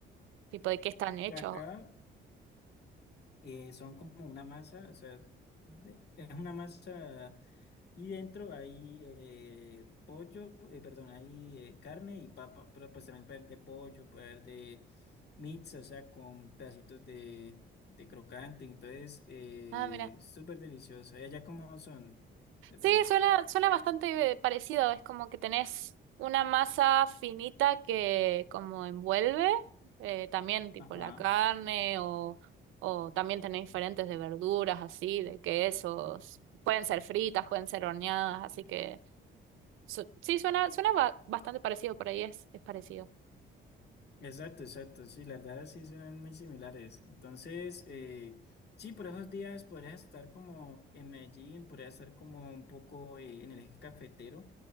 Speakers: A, on the right; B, on the left.
A: Tipo, ¿de qué están hechos?
B: Para acá. eh, son como una masa, o sea, de- es una masa y dentro hay eh, pollo, eh, perdón, hay eh, carne y papa, pero pues también puede haber de pollo, puede haber de mix, o sea, con pedacitos de, de crocante, entonces eh,
A: Ah, mira.
B: súper deliciosa. ¿Y allá cómo son de
A: Sí,
B: pronto?
A: suena, suena bastante eh, parecido. Es como que tenés una masa finita que como envuelve eh, también tipo
B: Ajá.
A: la carne o, o también tenés diferentes de verduras así, de quesos. Pueden ser fritas, pueden ser horneadas, así que su- sí, suena, suena ba- bastante parecido, por ahí es, es parecido.
B: Exacto, exacto, sí, las verdad sí serán muy similares. Entonces, eh, sí, por esos días podrías estar como en Medellín, podrías estar como un poco eh, en el eje cafetero.